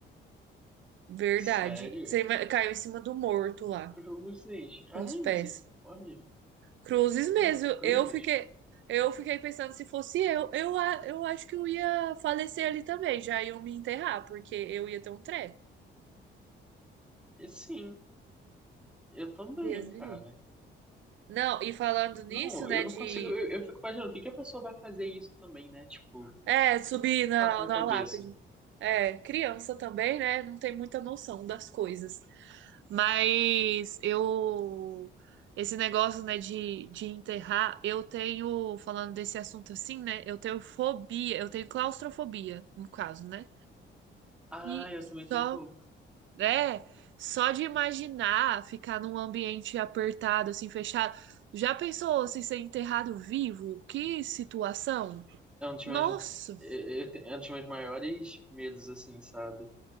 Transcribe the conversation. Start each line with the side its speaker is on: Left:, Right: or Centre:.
Right: Verdade.
Centre: Sério?
Right: Você ima- caiu em cima do morto lá,
Centre: Cruzes.
Right: com
Centre: Ai,
Right: os pés.
Centre: misericórdia.
Right: Cruzes mesmo.
Centre: Ai, cruzes.
Right: Eu fiquei, eu fiquei pensando se fosse eu, eu, a- eu acho que eu ia falecer ali também. Já iam me enterrar, porque eu ia ter um treco.
Centre: E sim, eu também,
Right: Deus
Centre: cara.
Right: me livre. Não, e falando nisso,
Centre: Não,
Right: né,
Centre: eu não
Right: de
Centre: consigo. Eu, eu fico imaginando o que que a pessoa vai fazer isso também, né? Tipo, o que
Right: é, subir na,
Centre: passa na
Right: na
Centre: cabeça.
Right: lápide. É, criança também, né, não tem muita noção das coisas. Mas eu. Esse negócio, né, de, de enterrar, eu tenho, falando desse assunto assim, né, eu tenho fobia, eu tenho claustrofobia, no caso, né?
Centre: Ah,
Right: E
Centre: eu também
Right: só.
Centre: tenho um pouco.
Right: É, só de imaginar ficar num ambiente apertado, assim, fechado. Já pensou se ser enterrado vivo? Que situação?
Centre: É um dos
Right: Nossa,
Centre: meus, é, é, é um dos meus maiores medos, assim, sabe?